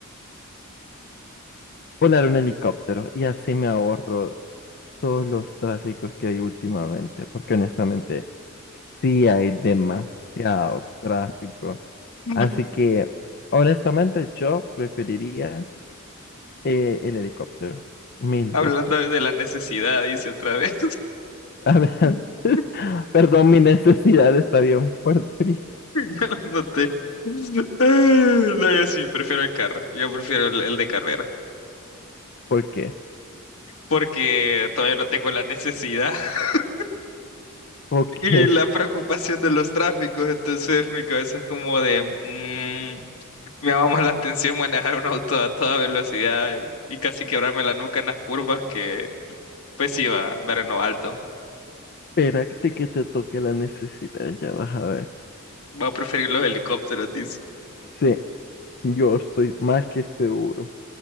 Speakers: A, on the left (about 50°); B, on the left (about 75°).
A: Volar un helicóptero y así me ahorro todos los tráficos que hay últimamente, porque honestamente sí hay demasiado tráfico.
B: <laughs>
A: Así que, honestamente, yo preferiría eh, el helicóptero mil
B: Hablando
A: veces.
B: de la necesidad, dice otra vez.
A: <laughs> A ver,
B: <laughs>
A: <laughs> Perdón, mi necesidad está bien fuerte ahorita.
B: <laughs> No lo noté. Ah, No, yo sí prefiero el carro. Yo prefiero el, el de carrera.
A: ¿Por qué?
B: Porque todavía no tengo la necesidad <laughs>
A: Porque
B: y la preocupación de los tráficos. Entonces mi cabeza es como de... mm, me llama más la atención manejar un auto a toda velocidad y, y casi quebrarme la nuca en las curvas que pues iba a andar en lo alto.
A: espérate que te toque la necesidad, ya vas a ver.
B: Voy a preferir los helicópteros, dice. <laughs>
A: Sí, Yo estoy más que seguro